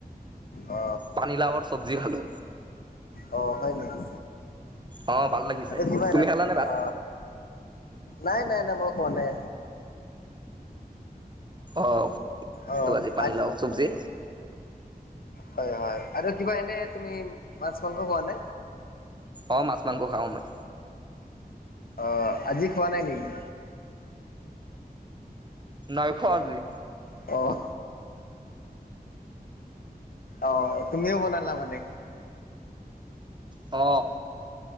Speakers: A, on the left; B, on the right.
A: অ
B: পানী লাৱৰ চব্জি খালো
A: অ হয় নেকি?
B: অ
A: <inaudible>
B: ভাল লাগিছে তুমি খালানে ভাত
A: অ নাই নাই নাই মই খোৱা নাই
B: অ
A: অ
B: <unintelligible> আজি পানী
A: আজ
B: লাও চব্জি
A: হয় হয় আৰু কিবা এনে তুমি মাছ, মাংস খোৱা নে?
B: অ মাছ, মাংস খাওঁ মই
A: অ আজি খোৱা নাই নেকি?
B: নাই খোৱা আজি
A: অঁ অ তুমিও বনালা মানে
B: অ